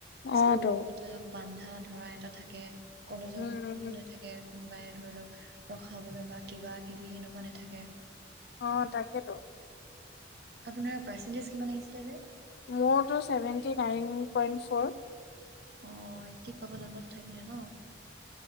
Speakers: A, on the left; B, on the right.
A: অ',
B: স্কুলত
A: তো
B: এটা বান্ধা ধৰা এটা থাকে। কলেজত
A: উম
B: কোনো
A: উম
B: নাথাকে। কোনোবাই ধৰি লওক ৰখাবলৈ বা কিবা কিবি এনেকুৱা নাথাকে
A: অ' তাকেইেতো।
B: আপোনাৰ পাৰ্চেন্টেজ কিমান আহিছিলে যে?
A: মোৰতটো ছেভেন্টি নাইন পইণ্ট ফ'ৰ।
B: অহ এইটতি পাবলৈ অলপ থাকিলে ন